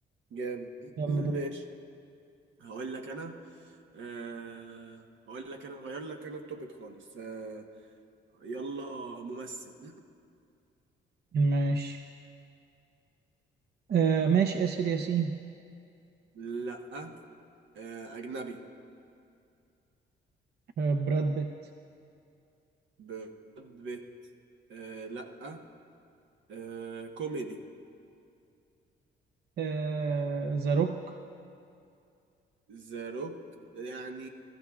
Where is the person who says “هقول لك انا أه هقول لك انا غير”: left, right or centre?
Right